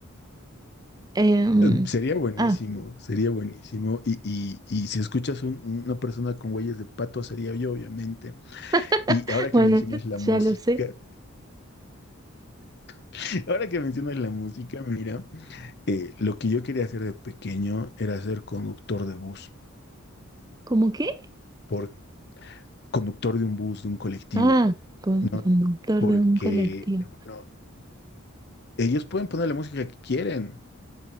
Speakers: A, on the right; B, on the left.
A: Em,
B: eh, Sería buenísimo,
A: ah,
B: sería buenísimo. Y, y- y si escuchas un- una persona con huellas de pato, sería yo, obviamente.
A: <laughs>
B: Y ahora que
A: bueno,
B: mencionas la música,
A: ya lo sé.
B: <laughs> ahora que mencionas la música, mira, eh, lo que yo quería hacer de pequeño era ser conductor de bus,
A: ¿Cómo qué?
B: por, conductor de un bus, de un colectivo,
A: Ah, con,
B: ¿no?
A: conductor
B: Porque,
A: de un colectivo.
B: bueno, ellos pueden poner la música que quieren.